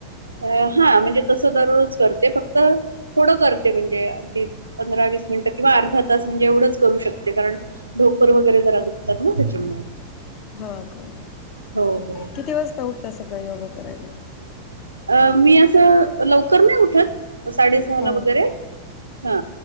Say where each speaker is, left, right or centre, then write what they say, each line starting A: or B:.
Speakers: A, on the right; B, on the left.
A: अ हा. म्हणजे तसं दररोज करते. फक्त थोडं करते म्हणजे. अगदी पंधरा वीस मिनिटं. किंवा अर्धा तास. म्हणजे एवढंच करू शकते. कारण ढोपर वगैरे जरा दुखतात ना. त्याच्यामुळे.
B: हो का?
A: हो हो हो.
B: किती वाजता उठता सकाळी योगा करायला?
A: अ मी असं लवकर नाही उठत. साडेसहाला
B: हा.
A: वगैरे. हा.